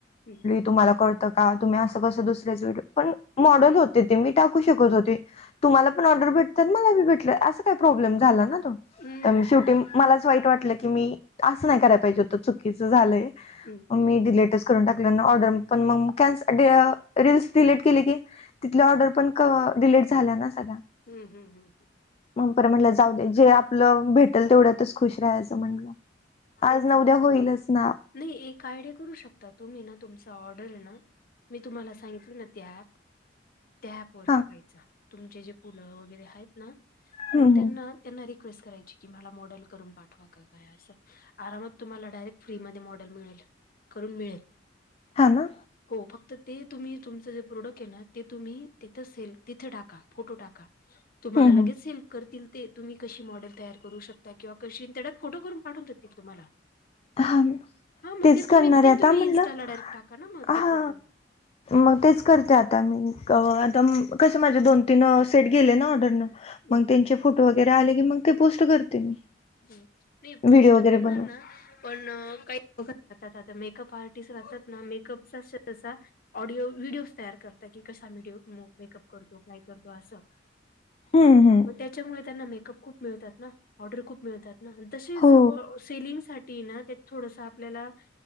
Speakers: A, on the left (about 50°); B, on the left (about 30°).
A: हम्म
B: तुम्हाला करत का तुम्ही असं कसं दुसऱ्याच वे पण मॉडल होते ते मी टाकू शकत होते तुमला पण ऑर्डर भेटत मलाी भेटय अस काही प्रॉब्लेम झाला त
A: हम्म
B: शेवटी मलाच वाईट वाटलं की मी असं नाही करायला पाहिजे होतं चुकीचं झालंय
A: हम्
B: मग मी डिलीटच करून टाकलं ऑर्डर पण मन रीलस डलीट केली क तिथल्या ऑर्डर पण डिलेट झाल्या ना सगळ्या
A: ह्ं ह्ं हं ह
B: मगपर म्हटलं जाऊ दे जे आपलं भेटेल तेवढ्यातच खुश राहायचं म्हणलं
A: तेच
B: आज न
A: ना
B: उद्या होईलच ना
A: नाही एक आयडिया करू शकता तुम्ही ना तुमचा ऑर्डर आहे ना मी तुम्हाला सांगितली ना त्या ऍप त्याप वर
B: हा
A: टाकायच तुमचे जे पुलं वगैरे आहेत ना
B: हम्म
A: मग त्यांना
B: हम्म
A: त्यांना रिक्वेस्ट करायची की मला मॉडेल करून पाठवा का काय असं आरामात तुम्हाला डायरेक्ट फ्री म मॉडेल मिळेल करून मिळेल
B: हा ना
A: हो फक्त ते तुम्ही तुमचं जे प्रोडक्ट आहे ना ते तुम्ही तिथं सेल तिथे टाका फोटो टाका ह तुम्हाला
B: हम्म
A: लगेच
B: हम्म
A: हेेल्प करतील ते तुम्ही कशी मॉडेल तयार करू शकता किंवा कशी त्यात फोटो करून पाठवून द ठी तुम्हाला
B: हा
A: हा मग
B: तेच
A: ते तुम्ही
B: करणार
A: ते
B: आहे आता
A: तुम्ही
B: म्हणलं
A: इनस्टाला डायरेक्ट टाका ना मग
B: हा
A: ते फोटो
B: मग तेच करते आता मी आता कस माझे दोन तीन सेट गेले ना ऑर्डरन
A: हं.
B: मग त्यांचे फोटो वगैरे आले की मग ते पोस्ट करते मी
A: नाही पोस्ट
B: व्हिडिओ वगैरे
A: करणार
B: बनवून
A: ना पण काही ल राहतात आता मेकअप आर्टिस्ट राहतात ना मेकअपचा जसा ऑडिओ व्हिडिओ तयार करत की कसा विडओ मेकअप करतो काय करतो असं
B: हम्म हम्म
A: मग त्याच्यामुळे त्यांना मेकअप खूप मिळतात ना ऑर्डर खूप मिळतात ना तसेच
B: हो
A: सेलिंग साठी ना त्यात थोडस आपल्याला